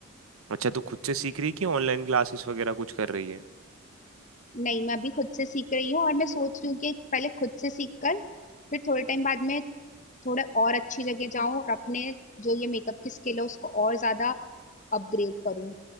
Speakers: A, on the right (about 80°); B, on the left (about 35°).
A: अच्छा तू खुद से सीख रही है कि ऑनलाइन क्लासेस वगैरह कुछ कर रही है
B: नहीं मैं अभी खुद से सीख रही हूँ और मैं सोच रही हूँ कि पहले खुद से सीख कर फिर थोड़े टाइम बाद में थोड़े और अच्छी जगह जाऊँ और अपने जो ये मेकअप की स्किल है उसको और ज्यादा अपग्रेड करूँ